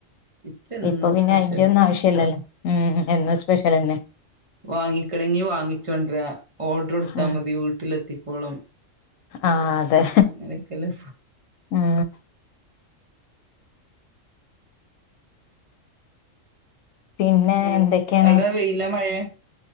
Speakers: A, on the right; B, on the left.
A: ഇപ്പ എന്നും
B: ഇപ്പൊ പിന്നെ
A: സ്പെഷ്യല്
B: അയിന്റെ ഒന്നും ആവശ്യല്ലല്ലോ ഉം എന്നും സ്പെഷ്യലെന്നെ.
A: വാങ്ങിക്കണെങ്കി വാങ്ങിച്ചോണ്ടെരാ ഓർഡറ് കൊടുത്താ
B: ഉം
A: മതി വീട്ടിലെത്തിക്കോളും.
B: ആഹ് അതെ.
A: അങ്ങനെക്കെല്ലെ
B: ഉം പിന്നെ
A: <unintelligible>
B: എന്തൊക്കെയാണ്
A: അവ്ടെ വെയിലാ മഴയാ?